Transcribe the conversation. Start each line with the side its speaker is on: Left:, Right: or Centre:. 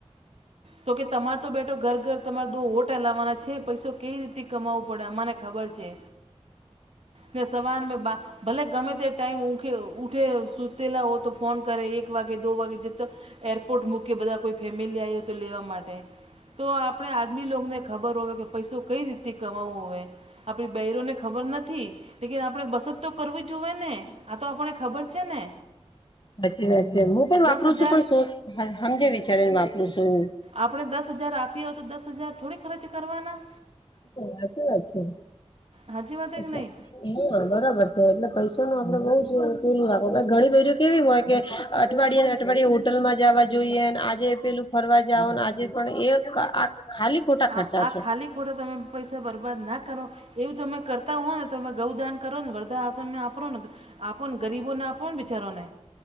Right: તો કે તમાર તો બેટો ઘર ઘર તમાર દો હોઠ હલાવવાના છે. પૈસો કેવી રીતે કમાવવો પડે અમાને ખબર છે. ને સવાર મે બા ભલે ગમે તે ટાઈમ ઊંખે ઊઠે સુતેલા હો તો ફોન કરે એક વાગે દો વાગે જીત એરપોર્ટ મૂકે બધા કોઈ ફેમિલી આવી હો તો લેવા માટે. તો આપણે આદમી લોકને ખબર હોય કે પૈસો કઈ રીતે કમાવો હોવે આપડી બઈરોને ખબર નથી. લેકિન આપણે બસત તો કરવી જોવે ને આતો આપણને ખબર છે ને.
Left: સાચી વાત છે મુ પણ વાપરું
Right: દસ
Left: છું
Right: હજાર
Left: પણ શું હમ હમજી વિચારી ને વાપરું છું.
Right: આપણે દસ હજાર આપીએ હો તો દસ હજાર થોડી ખર્ચ કરવાના?
Left: હા હાચી વાત છે.
Right: હાચી વાત હે
Left: એટલે
Right: કે નહી.
Left: હા બરાબર છે એટલે પૈસાનો આપડે બઉ જ પેલું રાખો ને ઘણી બેઈરી કેવી હોય કે અઠવાડિયે ને અઠવાડિયે હોટલ માં જાવા જોઈએ આજે પેલું ફરવા જાઓ આજે પણ એક આ ખાલી ખોટા ખર્ચા
Right: આ આ
Left: છે.
Right: ખાલી ખોટો તમે પૈસા બરબાદ ના કરો એવું તમે કરતા હોવ ને તમે ગૌદાન કરો ને વર્ધા આસરમને આપરો ને આપોને ગરીબો ને આપોને બિચારોને.